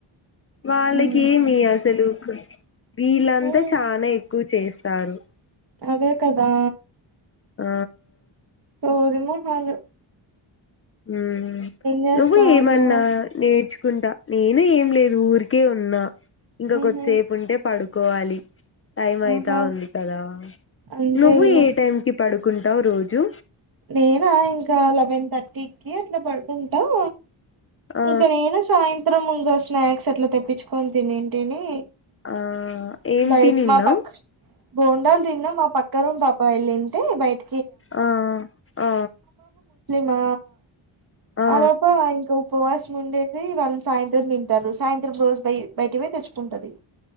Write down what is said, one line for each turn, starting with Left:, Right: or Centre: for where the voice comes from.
Left: వాళ్ళకి
Right: హ్మ్
Left: ఏమి అసలు వీళ్ళంతా
Right: హ్మ్
Left: చానా ఎక్కువ చేస్త తారు
Right: అదే కదా
Left: ఆ
Right: సోది మోహాలు
Left: మ్
Right: చేస్తా
Left: నువ్వు ఏమన్నా
Right: ఉన్నావ్
Left: నేట్ నచ్చుకుంటా నేను ఏం లేదు ఊరికే ఉన్నా ఇంకా
Right: ఉహు
Left: కొద్దిసేపు ఉంటే పడు కోవాలి టైం అయితా
Right: ఆహా
Left: ఉంది కదా,
Right: అంతేలే
Left: నువ్వు ఏ టైం కి పడుకున్. తవ్ రోజు
Right: నేనా ఇంకా లెవెన్ థర్టీకి అట్లా పడుకుంటాం
Left: ఆ
Right: ఇంకా నేను సాయంత్రం ఇంకా స్నాక్స్ అట్లా తెప్పించుకొని తినిన్ టిని
Left: ఆ ఏం
Right: బయట్
Left: తినిన్నావ్
Right: మా పక్క బోండాలు తిన్నా మా పక్క రూమ్ పాప వెళ్ళి టి బయట
Left: ఆ ఆ
Right: మా
Left: ఆ
Right: అలోపో ఇంకా పోవాల్సిన ఉండేది వాళ్ళు సాయంత్రం తింటారు సాయంత్రం రోజు బయ బయట పోయి తెచ్చుకుంటది